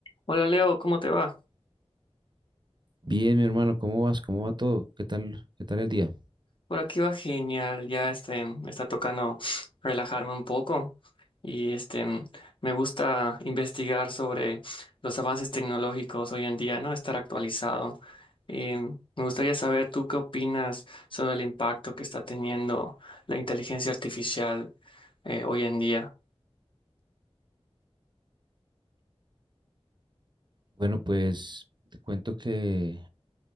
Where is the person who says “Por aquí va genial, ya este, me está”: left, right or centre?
Left